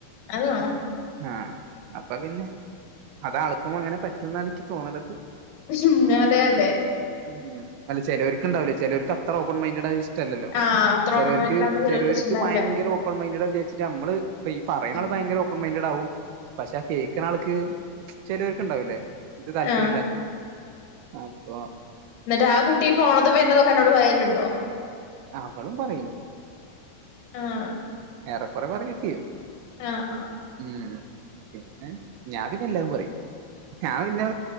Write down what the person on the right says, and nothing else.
ആഹ് അപ്പൊ പിന്നെ അതാൾക്കും അങ്ങനെ പറ്റുംന്നാണ് യ്ക്ക് തോന്ന്ണെത്
ഉം അല്ല ചേലോർക്ക്ണ്ടാവൂല്ല ചിലോർക്ക് അത്ര ഓപ്പൺ മൈൻഡ ല്ലല്ലോ
ചെലോർക്ക്
ചെലോർക്ക്
ഭയങ്കര ഒ പ്പൺ മൈന്റെഡാ വിചാരിച്ചിട്ട് അമ്മള് ഇപ്പ ഈ പറയ്ണ
ആള് ഭയങ്കര ഓപ്പൺ മൈന്റഡാവും പക്ഷെ ആ കേക്ക്ണാൾക്ക് ചെലോല്ക്ക്ണ്ടാവൂലെ ഇത് താല്പര്യ
ഇല്ലാത്തേ അപ്പൊ
അവളും പറയും
ഏറെ കൊറെ പറയൊക്കെയും
ഉം പിന്നെ ഞാൻ പിന്നെ എല്ലാവരും പറയും ഞാൻ പിന്നെ